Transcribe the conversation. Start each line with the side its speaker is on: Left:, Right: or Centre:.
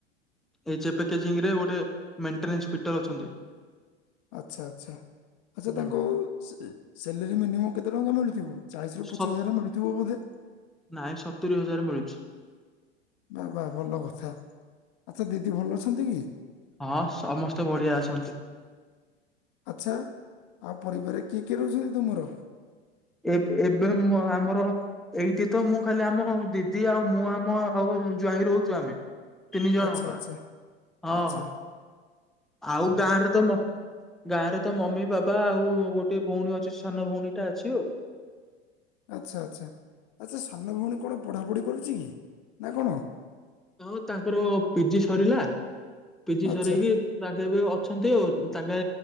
Centre: ଏଚେ ପେ କେଜୀଙ୍ଗ ରେ ଗୋଟେ ମେଣ୍ଟେନାନ୍ସ ଫିଟର ଅଛନ୍ତି।
Left: ଆଚ୍ଛା ଆଚ୍ଛା ଆଚ୍ଛା
Centre: ହୁଁ
Left: ତାଙ୍କୁ ସେ ସେଲୋରୀ ମିନିମମ୍ କେତେ ତାଙ୍କୁ ଟଙ୍କା ମିଳୁଥିବ। ଚାଳିଶ ରୁ
Centre: ସ
Left: ପଚାଶ ହଜାର ମିଳୁଥିବ ବୋଧେ।
Centre: ନାଇଁ ସତୁରି ହଜାର ମିଳୁଛି।
Left: ବା ବା ଭଲ କଥା ଆଚ୍ଛା ଦିଦି ଭଲ ଅଛନ୍ତି କି?
Centre: ହଁ ସମସ୍ତେ ବଢିଆ ଅଛନ୍ତି।
Left: ଆଚ୍ଛା ଆଉ ପରିବାର କିଏ କିଏ ରହୁଛନ୍ତି ତୁମର।
Centre: ଏବେ ଏବେ ମୋ ଆମର ଏଇଠି ତ ମୁଁ ଖାଲି ଆମ ଦିଦି ଆଉ ମୁଁ ଆମ ଆଉ ଜ୍ୱାଇଁ ରହୁଛୁ ଆମେ। ତିନି ଜଣଙ୍କା।
Left: ଆଚ୍ଛା ଆଚ୍ଛା।
Centre: ହଁ
Left: ଆଚ୍ଛା
Centre: ଆଉ ଗାଁରେ ତ ମ ଗାଁ ରେ ତ ମମି ବାବା ଆଉ ଗୋଟେ ଭଉଣୀ ଅଛି ସାନ ଭଉଣୀ ଟା ଅଛି ଆଉ।
Left: ଆଚ୍ଛା ଆଚ୍ଛା ଆଚ୍ଛା ସାନ ଭଉଣୀ କଣ ପଢାପଢି କରୁଛି କି ନା କଣ।
Centre: ହଁ ତାଙ୍କର ପି ଜି ସରିଲା ପି ଜି
Left: ଆଚ୍ଛା
Centre: ସରିକି ତାଙ୍କେ ଏ ବି ଅଛନ୍ତି ଆଉ ତାଙ୍କେ